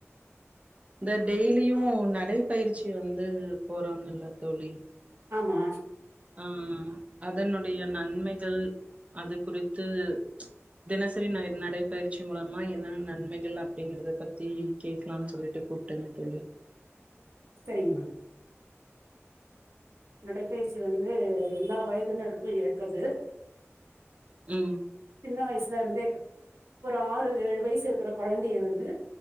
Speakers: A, on the right; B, on the right.
A: இந்தா டெய்லியும் நடைப்பயிற்சி வந்து போறாங்கல்ல தோழி
B: ஆமா
A: ஆ அதனுடைய நன்மைகள் அது குறித்து தினசரி ந நடைப்பயிற்சி மூலமா என்ன நன்மைகள் அப்டிங்கறத பத்தி கேக்கலான்னு சொல்லிட்டு கூப்ட்டேங்க தோழி
B: சரிங்கமா நடைப்பயிருச்சி வந்து வந்து எல்லா வயதினருக்கும் ஏற்றது
A: ம்
B: சின்ன வயசுல இருந்தே ஒரு ஆறு ஏழு வயசு இருக்கிற கொழந்தைய வந்து